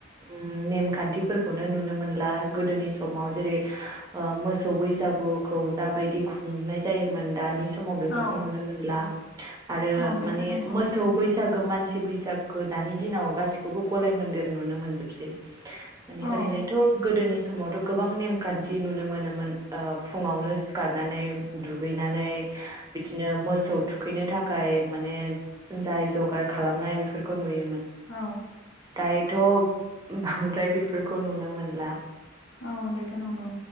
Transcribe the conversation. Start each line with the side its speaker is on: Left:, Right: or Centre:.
Right: उम नेमखान्थिफोरखौनो नुनो मोनला गोदोनि समाव जेरै- ओ मोसौ बैसागु खौ जाबायदि खुंनाय जायोमोन। दानि समाव बेफोरखौ
Left: औ
Right: नुनो मोनला। आरो
Left: औ बेथ'
Right: माने
Left: नंगौ
Right: मोसौ बैसा सागो मानसि बैसागो दानि दिनाव गासिबखौबो गलाय मोन्देर नुनो मोनजोबसै। माने
Left: औ
Right: ओरैनोथ' गोदोनि सम मावथ' गोबां नेमखान्थि नुनो मोनोमोन। ओ फुङावनो सिखारनानै दु गैनानै बिदिनो मोसौ थुखैनो थाखाय माने जाय जगार खालामनाय बेफोरखौ नुयोमोन
Left: औ
Right: दायोथ बांद्राय बेफोरखौ नुनो मोनला।
Left: औ बेथ नंगौ